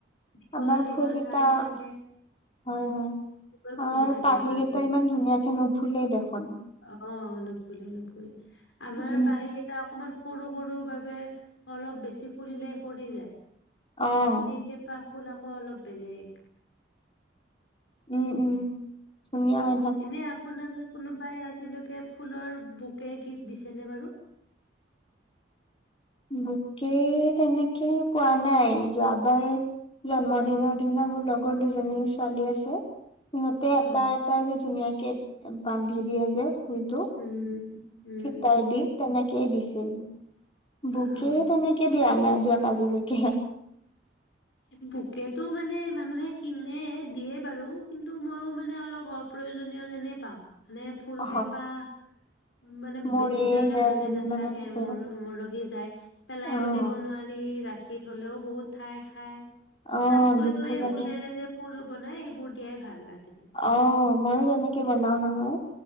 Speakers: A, on the left; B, on the left.
A: দীঘল
B: আমাৰ
A: দীঘল
B: ফুলকেইটা,
A: ঠাৰি
B: হয়
A: থাকে,
B: হয়
A: গৈ ফুলি
B: আৰু
A: থাকে
B: পাহি
A: আমাৰ
B: কেইটা
A: ফুলবোৰ।
B: ইমান ধুনীয়াকে নুফুলেই দেখোন।
A: অ নুফুলে নুফুলে আমাৰ
B: উম।
A: পাহিকেইটা অকমান সৰু সৰু বাবে অলপ বেছি ফুলিলে সৰি যায়
B: অ',
A: সেইকেইটা, ফুল আকৌ অলপ বেলেগ।
B: উম উম ধুনীয়া হয়,
A: এনে আপোনাক কোনোবাই আজিলৈকে ফুলৰ বুকে গিফ্ট দিছে নে বাৰু
B: বকে তেনেকে পোৱা নাই যোৱাবাৰ, জন্মদিনৰ দিনা মোৰ লগৰ দুজনী ছোৱালী আছে সিহঁতে
A: অ'।
B: এটা এটা যে ধুনীয়াকে বান্ধি দিয়ে যে ফুলটো
A: উম উম,
B: ফিতাই দি তেনেকেই দিছিল বকে
A: অ',
B: তেনেকে দিয়া নাই দিয়ক আজিলৈকে
A: বকেতটো মানে মানুহে কিনে দিয়ে বাৰু কিন্তু মইও মানে অলপ অ প্ৰয়োজনীয় যেনে পাওঁ মানে ফুল
B: অ'।
A: কেইপাহ উ মানে
B: মৰিয়ে
A: বেছি দিনলৈ
B: যায়
A: ভালে
B: কেইদিনমানৰ
A: নাথাকে
B: ভিতৰত
A: মোৰ মৰহি যায় পেলাইও
B: অ',
A: দিব নোৱাৰি ৰাখি হলেও বহুত ঠাই খাই
B: অ',
A: তাতকৈ
B: দুখো
A: তো এই
B: লাগে।
A: ঊলেৰে যে ফুল বনাই এইবোৰ দিয়াই ভাল আজি
B: অ ময়ো তেনেকে বনাও নহয়